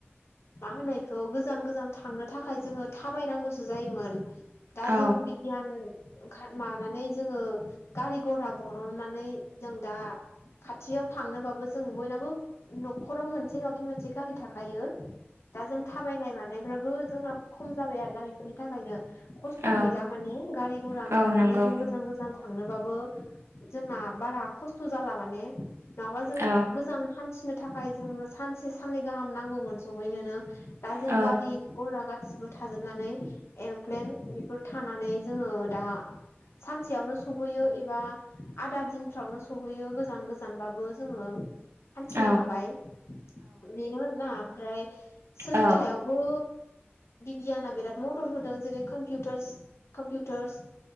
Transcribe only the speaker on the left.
मा होनो एखौ गोजान गोजान थांनो थाखाय जोङो थाबायनांगौसो जायोमोन। दा
जों बिगियान ओंखा माबानानै जोङो गारि घरा बरननानै जों दा खाथियाव थांनोबाबो जों बयनाबो न'खराव मोनसे नआखि मोनसे गारि थाखायो। दा जों थाबायनाय मानायफ्राबो जोंना खम जाबाय आरो ना बेफोरनि थाखायनो। खस्थ'
गैला माने गारि घरा
ओंखारनानै
जों गोजान गोजान थांनोबाबो जोंना बारा खस्थ' जाला माने नङाबा जों
गोजान हान्थि नो थाखाय सानसे साननै गाहाम नांगौमोन सहैनोनो दा जों
गारि घरा गा सिबो थाजोबनानै एर'प्लेन बेफोर थानानै जोङो दा सानसेयावनो सफैयो एबा आदा दिनफ्रावनो सहैयो गोजान गोजानबाबो जोङो। हान्थिनो
हाबाय बेनो आरोना ओमफ्राय सोलोंथाइयावबो
बिगियाना बिराद मदद होदों जेरै कम्पिउटारस कम्पिउटारस